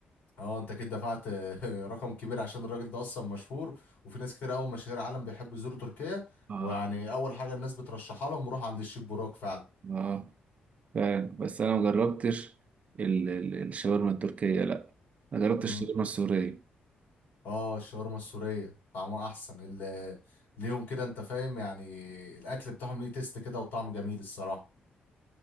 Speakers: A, on the left; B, on the right.
A: اه انت كده دفعت آه، <laughs> رقم كبير عشان الراجل ده اصلا مشهور وفي ناس كتير قوي مشاهير عالم بيحبوا يزوروا تركيا
B: آه
A: ويعني اول حاجة الناس بترشحها لهم روح عند الشيف براك فعلا
B: آه فعلا بس انا ما جربتش ال- ال- الشاورما التركيه لا ما جربتش
A: مم.
B: الشاورما السوريه
A: اه الشاورما السورية طعمها احسن اللي ليهم كده انت فاهم يعني الاكل بتاعهم ليه تيست كده وطعم جميل الصراحة